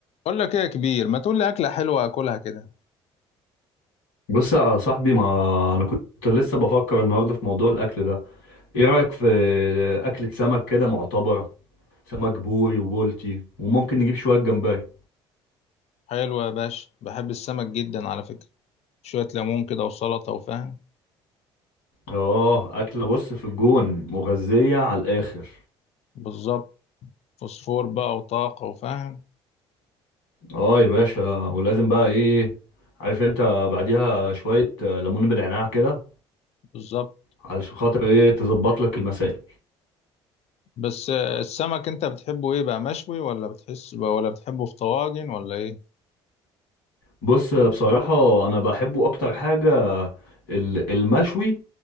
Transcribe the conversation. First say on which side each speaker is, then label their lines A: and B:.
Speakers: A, on the left (about 55°); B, on the left (about 80°).
A: اقول لك ايه يا كبير ما تقول لي اكله حلوه اكلها كده
B: بص يا صاحبي ما انا كنت لسه بفكر النهارده في موضوع الاكل ده ايه رايك في اكله سمك كده معتبره سمك بوري وبولتي وممكن نجيب شويه جمبري
A: حلوه يا باشا بحب السمك جدا على فكره شويه ليمون كده وسلطه وفاهم
B: اه اكله بص في الجون مغذيه على الاخر
A: بالظبط فوسفور بقى وطاقه وفاهم
B: اه يا باشا ولازم بقى ايه عارف انت بعديها شويه ليمون بالعناع كده
A: بالظبط
B: علشان خاطر ايه تظبط لك المسائل
A: بس آه، السمك انت بتحبه ايه بقى مشوي ولا بتحس ولا بتحبه في طواجن ولا ايه
B: بص بصراحه انا بحبه اكتر حاجه ال- المشوي